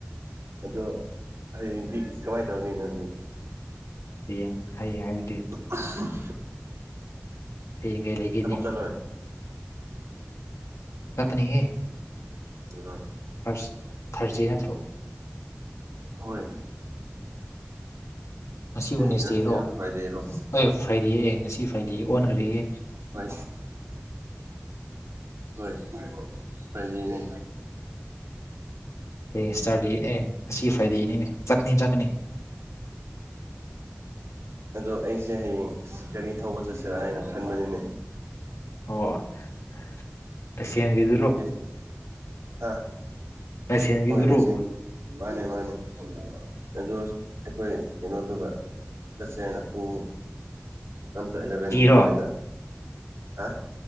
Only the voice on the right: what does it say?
ꯑꯗꯣ ꯍꯌꯦꯡꯗꯤ ꯀꯃꯥꯏꯅ ꯇꯧꯅꯤ ꯅꯪꯗꯤ
ꯑ
ꯊꯕꯛ ꯆꯠꯂꯣꯏ
ꯎꯝ
ꯍꯣꯏ
ꯑ ꯈꯔꯔꯣ ꯐꯥꯏꯗꯦꯔꯣ
ꯍꯣꯏꯁ ꯍꯣꯏ ꯄꯥꯏꯖꯅꯦ
ꯑꯗꯣ ꯑꯩꯁꯦ ꯍꯌꯦꯡ ꯒꯥꯔꯤ ꯊꯧꯕ ꯆꯠꯁꯤꯔꯥ ꯍꯥꯏꯅ ꯈꯟꯕꯅꯤꯅꯦ
<unintelligible>
ꯃꯥꯅꯦ ꯃꯥꯅꯦ ꯑꯗꯣ ꯑꯩꯈꯣꯏ ꯀꯩꯅꯣꯗꯨꯒ ꯆꯠꯁꯦ ꯍꯥꯏꯅ ꯑꯣ ꯇꯝ ꯑꯦꯂꯚꯦꯟ
ꯑꯗꯨꯋꯥꯏꯗꯅ ꯍꯥ